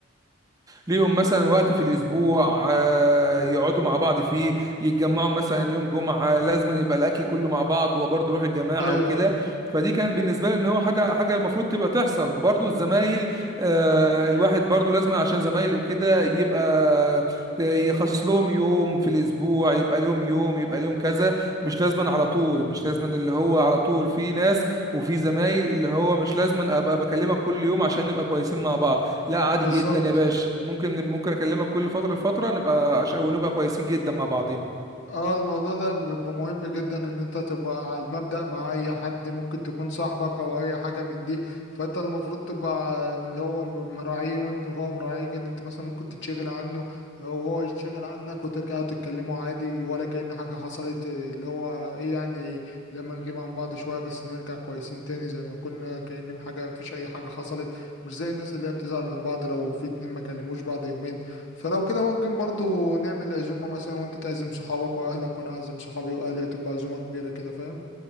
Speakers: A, on the right; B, on the left.
A: ليهم مثلا وقت في الاسبوع آه، يقعدوا مع بعض فيه يتجمعوا مثلا يوم جمعه لازما يبقى الاكل كله مع بعض وبرضه روح الجماعه
B: ايوه
A: وكده فدي كان بالنسبه لي ان هو حاجه حاجه المفروض تبقى تحصل وبرضه الزمايل آه، الواحد برضه لازم عشان زمايله كده يبقى آه، يخصص لهم يوم في الاسبوع يبقى لهم يوم يبقى لهم كذا مش لازما على طول مش لازما اللي هو على طول في ناس وفي زمايل اللي هو مش لازما ابقى بكلمك كل يوم عشان نبقى كويسين مع بعض لا عادي
B: بالظبط
A: جدا يا باشا ممكن ممكن اكلمك كل فتره لفتره نبقى عش... ونبقى كويسين جدا مع بعضينا
B: اه الموضوع ده بيبقى مهم جدا ان انت تبقى على المبدأ مع اي حد ممكن تكون صاحبك او اي حاجة من دي فانت المفروض تبقى اللي هو م- مراعيه وانت وهو مراعيك ان انت مثلا ممكن تتشغل عنه وهو يتشغل عنك وترجعوا تتكلموا عادي ولا كأن حاجة حصلت اللي هو ايه يعني لما نغيب عن بعض شوية بس نرجع كويسين تاني زي ما كنا كأن حاجة مفيش اي حاجة حصلت مش زي الناس اللي هي بتزعل من بعض لو في اتنين ما كلموش بعض يومين فلو كده ممكن برضو نعمل عزومة مثلا وانت تعزم صحابك واهلك وانا اعزم صحابي واهلي تبقى عزومة كبيرة كده فاهم